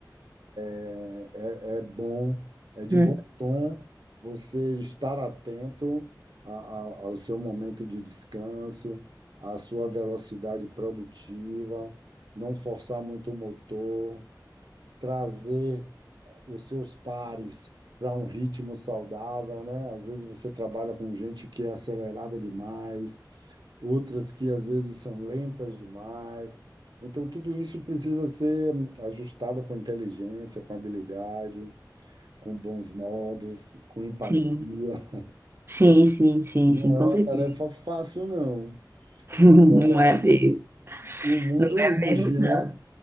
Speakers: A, on the right; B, on the right.
A: é, é é bom, é de
B: Uhum.
A: bom tom você estar atento a- a- ao seu momento de descanso, à sua velocidade produtiva, não forçar muito o motor, trazer os seus pares para um ritmo saudável, né? Às vezes você trabalha com gente que é acelerada demais, outras que às vezes são lentas demais. Então, tudo isso precisa ser ajustado com inteligência, com habilidade com bons modos, com empatia.
B: Sim,
A: <laughs>
B: sim, sim, sim,
A: Não
B: sim, com
A: é uma
B: certeza.
A: tarefa fácil, não.
B: <laughs> Não
A: Agora,
B: é mesmo,
A: o mundo
B: não é
A: urge,
B: mesmo, não.
A: né?